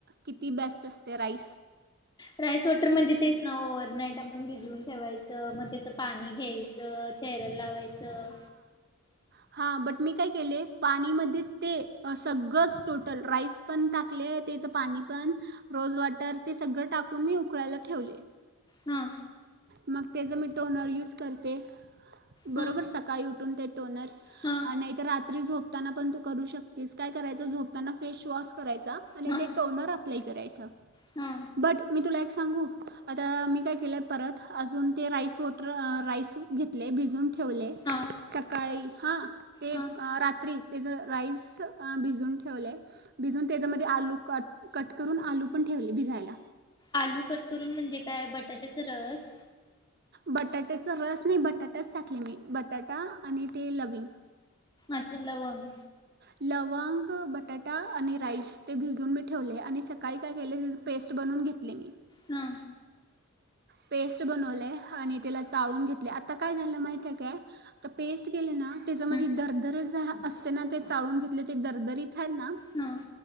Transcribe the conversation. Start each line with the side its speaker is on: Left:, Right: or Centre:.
Right: किती बेस्ट असते राईस.
Left: राईस वॉटर म्हणजे तेच ना ओव्हरनाईट आपण भिजवून ठेवायचं मग त्याचं पाणी घ्याय- च चेहऱ्या लावायचं.
Right: हा बट मी काय केले, पाणीमध्येच ते सगळंच टोटल राईस पण ता <unintelligible> त्याचं पाणी पण रोज वॉटर ते सगळं टाकून मी उकळायला ठेवले.
Left: हा.
Right: मग त्याचा मी टोनर यूज करते, बरोबर
Left: हा
Right: सकाळी उठून ते- टोनर,
Left: हा
Right: नाहीतर रात्री झोपताना पण तू करू शकतेस. काय करायच फेस वॉश वॉश करायचा आणि
Left: हा
Right: ते एक टोनर अप्लाय करायचं,
Left: हा
Right: बट मी तुला एक- सांगू, आता मी काय? केलय परत अजून ते राईस वॉटर अ राईस घेतलंय. भिजवून ठेवले
Left: हा
Right: सकाळी हां ते,
Left: हा
Right: अ रात्री त्याचं राईस भिजवून ठेवलंय! भिजून त्याच्यामध्ये आलू कट-कट करून आलू पण ठेवले भिजायला.
Left: आलू कट करून म्हणजे काय? बटाट्याच रस
Right: बटाट्याचा रस नाही बटाटाच टाकले मी, बटाटा आणि ते लवींग
Left: अच्छा लवंग.
Right: लवंग, बटाटा आणि राईस ते भिजवून मी ठेवले! आणि सक काळी काय केले, <unintelligible> पेस्ट बनवून घेतले मी.
Left: हा.
Right: पेस्ट बनवले आणि त्याला चाळून घेतले. आता काय झालं! माहिती आहे काय? तर पेस्ट केले ना! त्याच्यामध्ये
Left: हम्म
Right: दरदरे ज असते ना ते चाळून घेतले. ते दरदरीत आहेत ना!
Left: हम्म.